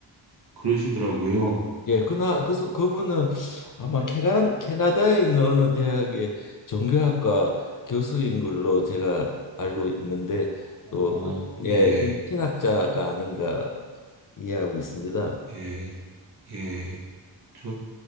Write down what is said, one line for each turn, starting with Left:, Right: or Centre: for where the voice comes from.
Right: 그러시더라고요.
Left: 예, 그나 그래서 그분은 아마 캐나 캐나다에 있는 어느 대학의 종교학과 교수인 걸로 제가 알고 있는데
Right: 아,
Left: 또 어,
Right: 예,
Left: 예, 음. 그 신학자가 아닌가 이해하고 있습니다.
Right: 예, 예. 저,